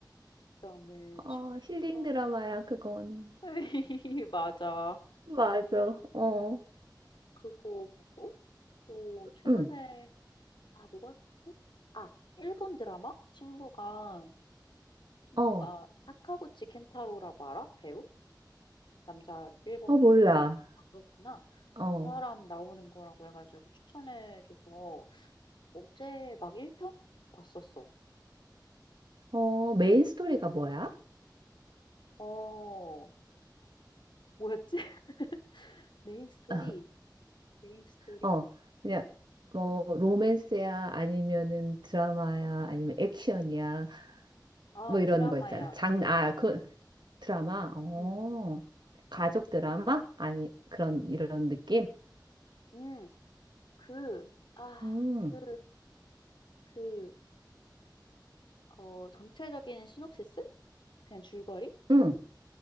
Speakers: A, on the left; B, on the right.
A: 그다음에
B: 어,
A: 친구가
B: 힐링 드라마야, 그건.
A: <laughs> 맞아.
B: 맞아. 어.
A: 그거 보고 또 최근에
B: 응.
A: 아, 뭐 봤었지? 아, 일본 드라마? 친구가 친구가
B: 어.
A: 사카구치 켄타로라고 알아? 배우? 남자 일본
B: 어,
A: 배우.
B: 몰라.
A: 아, 그렇구나.
B: 어.
A: 그 사람 나오는 거라고 해가지고 추천해줘서 어제 막 1편 봤었어.
B: 어, 메인 스토리가 뭐야?
A: 어, 뭐였지? <laughs> 메인 스토리,
B: <laughs>
A: 메인 스토리.
B: 어, 그냥 뭐
A: 음.
B: 로맨스야 아니면은 드라마야 아니면 액션이야
A: 아,
B: 뭐 이런
A: 드라마야,
B: 거 있잖아. 장,
A: 드라마.
B: 아, 그 드라마. 어.
A: 음,
B: 가족 드라마? 아니, 그런 이런 느낌?
A: 음. 그, 아,
B: 음.
A: 그, 그, 어, 전체적인 시놉시스? 그냥 줄거리는
B: 음.